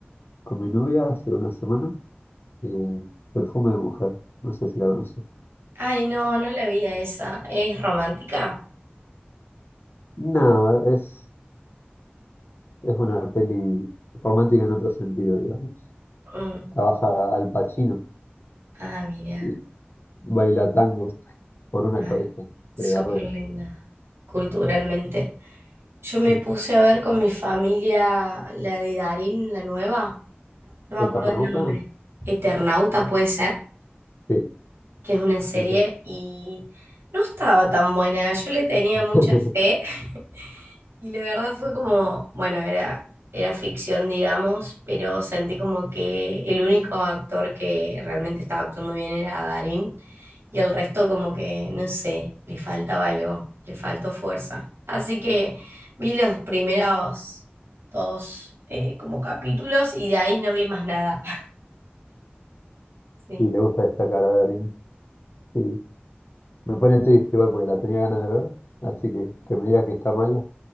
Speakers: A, on the left; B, on the right.
A: con mi novia hace una semana, eh, Perfume de Mujer. No sé si la conoces.
B: Ay, no, no la vi a esa. ¿Es romántica?
A: No, es, es una peli romántica en otro sentido, digamos.
B: Mm.
A: Trabaja Al Pacino
B: Ah, mira.
A: y baila tango por una
B: Ah,
A: cabeza
B: súper
A: de Gardel.
B: linda. Culturalmente. Yo me
A: ¿El
B: puse a ver con mi familia la de Darín, la nueva. No me
A: Eternauta?
B: acuerdo el nombre. Eternauta puede ser.
A: Sí.
B: que es una serie,
A: es ese.
B: y no estaba tan buena. Yo le tenía
A: <laughs>
B: mucha fe <laughs> y la verdad fue como, bueno, era, era ficción, digamos, pero sentí como que el único actor que realmente estaba actuando bien era Darín y el resto como que, no sé, le faltaba algo, le faltó fuerza. Así que vi los primeros dos eh, como capítulos y de ahí no vi más nada. <laughs> Sí.
A: Y le gusta destacar a Darín. Sí. Me pone triste igual porque la tenía ganas de ver, así que que me digas que está mala,